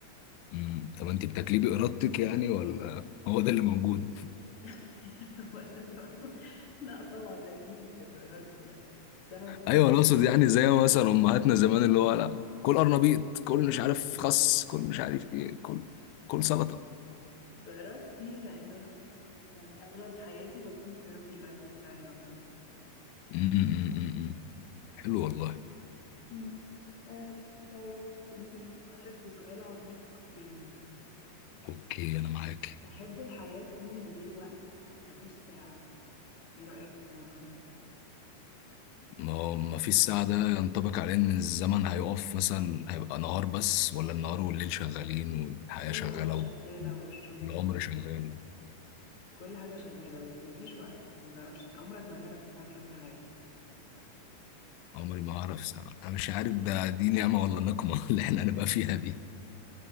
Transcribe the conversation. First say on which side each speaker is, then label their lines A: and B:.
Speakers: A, on the left; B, on the left.
A: أمم. طب انت بتاكليه بارادتك يعني ولا هو ده اللي موجود
B: <laughs> هو ده اللي بفهم. لا طبعا اكيد بارادتي يعني بس انا
A: ايوه انا اقصد يعني زي ما مثلا امهاتنا زمان اللي هو لا كل قرنبيط كل مش عارف خس كل مش عارف ايه كل كل سلطه
B: بارادتي لان انا يعني اغلب حياتي بكون في هيلثي لايف ستايل عامه
A: أمم. حلو والله
B: أمم. آه طيب خليني افكر لك في سؤال عميق تاني
A: اوكي انا معاك
B: تحب الحياه تكون من غير وقت مفيش ساعه ايه رايك في الموضوع ده
A: ما هو ما فيش ساعة ده ينطبق عليه ان الزمن هيقف مثلا هيبقى نهار بس ولا النهار والليل شغالين والحياة
B: كل
A: شغالة
B: حاجه شغاله والشغل
A: والعمر
B: شغال
A: شغال
B: كل حاجة شغالة بس مفيش وقت انت ما تعرفش عمرك ما هتعرف الساعة كام في حياتك
A: عمري ما هعرف ساعة انا مش عارف ده دي نعمة ولا نقمة <laughs> اللي احنا هنبقى فيها دي